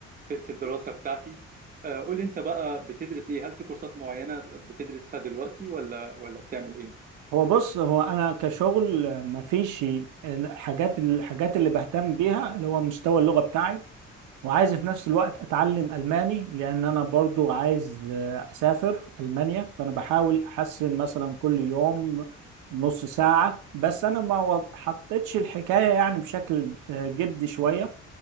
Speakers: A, on the right; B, on the right.
A: في في الدراسة بتاعتي آه، قول لي انت بقى بتدرس ايه هل في كورسات معينة بتدرسها دلوقتي ولا ولا بتعمل ايه
B: هو بص هو انا كشغل مفيش الحاجات الحاجات اللي بهتم بيها اللي هو مستوى اللغه بتاعي وعايز في نفس الوقت اتعلم الماني لان انا برضو عايز آه، اسافر المانيا فانا بحاول احسن مثلا كل يوم نص ساعه بس انا ما و- حطيتش الحكايه يعني بشكل آه، جدي شويه